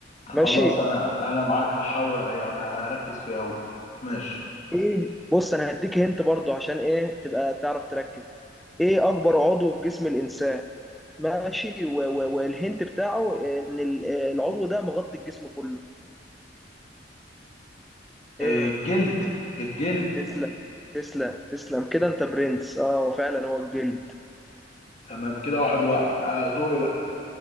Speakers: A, on the left (about 40°); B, in the centre.
A: خلاص
B: ماشي
A: انا انا معاك هحاول يعني هركز فيه أوي ماشي
B: ايه بص انا هديك هنت برضو عشان ايه تبقى تعرف تركز ايه اكبر عضو في جسم الانسان ماشي و- و- والهنت بتاعه ان ال- العضو ده مغطي الجسم كله ايه
A: إيه الجلد الجلد
B: تسلم تسلم تسلم كده انت برنس اه وفعلا هو الجلد
A: تمام كده واحد واحد آه، دوري بقى